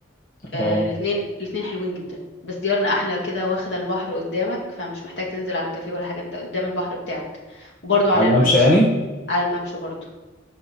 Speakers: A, on the left (about 65°); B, on the left (about 45°).
A: آه
B: اه
A: الاثنين الاثنين حلوين جدا بس ديارنا احلى كده واخده البحر قدامك فمش محتاج تنزل على الكافيه ولا حاجه انت قدام البحر بتاعك وبرضو على
B: على
A: الممشى
B: الممشى يعني
A: على الممشى برضو